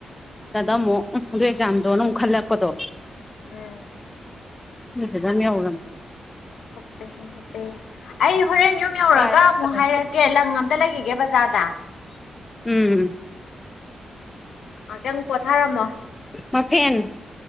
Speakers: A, on the left; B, on the left.
A: ꯗꯗ ꯑꯃꯨꯛ ꯎꯝ ꯑꯗꯨ ꯑꯦꯛꯖꯥꯝꯗꯣꯅ ꯑꯃꯨꯛ ꯈꯜꯂꯛꯄꯗꯣ
B: ꯎꯝ
A: ꯅꯣꯏ ꯗꯥꯟ ꯂꯩꯍꯧꯃꯝꯅꯤ
B: ꯊꯨꯞꯄꯦꯍꯦ ꯊꯨꯄꯦꯍꯦ ꯑꯩ ꯍꯣꯔꯦꯟ ꯌꯨꯝ ꯌꯧꯔꯒ
A: ꯑꯔꯥꯏꯕ
B: ꯑꯃꯨꯛ
A: ꯑꯝꯇ ꯂꯩꯇꯦ
B: ꯍꯥꯏꯔꯛꯑ ꯒꯦ ꯂꯪ ꯑꯝꯇ ꯂꯩꯒꯤꯒꯦ ꯕꯖꯥꯔꯗ
A: ꯎꯝ
B: ꯉꯥꯛꯇꯪ ꯄꯣꯊꯥꯔꯝꯃꯣ
A: ꯃꯥꯐꯦꯟ